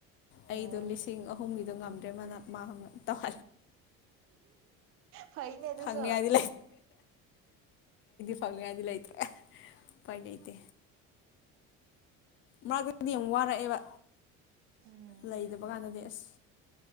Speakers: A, on the right; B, on the left.
A: ꯑꯣ
B: ꯑꯩꯗꯣ ꯂꯤꯁꯤꯡ ꯑꯍꯨꯝꯒꯤꯗꯣ ꯉꯝꯗ ꯇꯧ
A: ꯐꯩꯅꯦ ꯇꯁꯨꯣ
B: ꯐꯪꯅꯤꯉꯥꯏꯗꯤ ꯐꯪꯗꯤ ꯂꯩ ꯄ ꯂꯩꯩꯇ ꯃꯔꯛꯇꯗꯤ ꯌꯥꯝ ꯋꯥꯔꯛꯑꯦꯕ
A: ꯎꯝ
B: ꯂꯩꯇꯕ ꯀꯥꯟꯗꯗꯤ ꯑꯁ